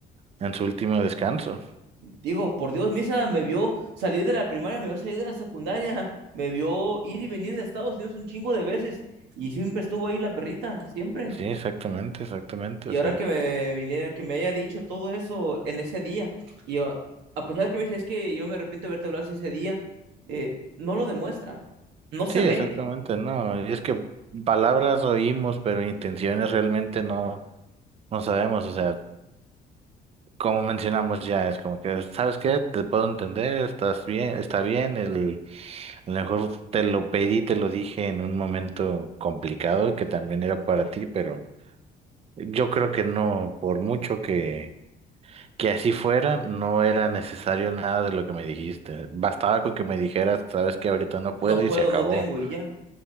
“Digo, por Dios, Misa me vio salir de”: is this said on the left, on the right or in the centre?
Right